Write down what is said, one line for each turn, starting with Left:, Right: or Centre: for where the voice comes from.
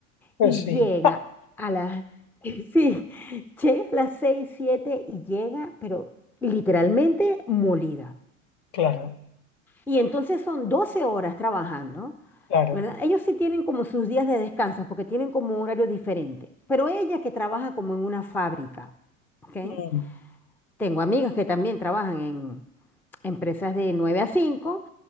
Left: pues
Centre: Y
Left: sí,
Centre: llega a las, <laughs> sí, llega a las 6 7 y llega, pero literalmente molida.
Left: claro,
Centre: Y entonces son 12 horas trabajando,
Left: claro.
Centre: ¿verdad? Ellos sí tienen como sus días de descanso porque tienen como un horario diferente, pero ella que trabaja como en una fábrica. ¿ok?
Left: Mm.
Centre: Tengo amigas que también trabajan en empresas de 9 a 5